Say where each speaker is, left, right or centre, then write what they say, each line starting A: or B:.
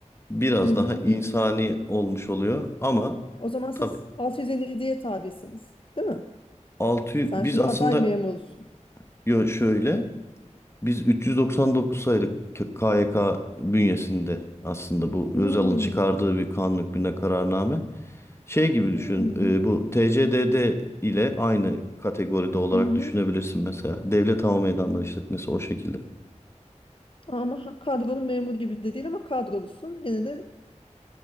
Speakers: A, on the left (about 20°); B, on the left (about 45°).
A: biraz
B: Hı hı
A: daha insani
B: hı. hı.
A: olmuş oluyor ama
B: O zaman siz
A: tabii
B: 657'ye tabisiniz, değil mi?
A: altı
B: Sen
A: biz
B: şimdi
A: aslında
B: aday memursun.
A: yo şöyle Biz 399 sayılı K- KYK bünyesinde aslında bu
B: Hmm.
A: Özal'ın çıkardığı bir kanun hükmünde kararname şey gibi
B: Hmm.
A: düşün. e, bu TCDD ile aynı kategoride olarak
B: Hı hı
A: düşünebilirsin mesela. Devlet Hava Meydanları işletmesi o şekilde.
B: Ama ha- kadrolu memur gibi de değil ama kadrolusun. Gene de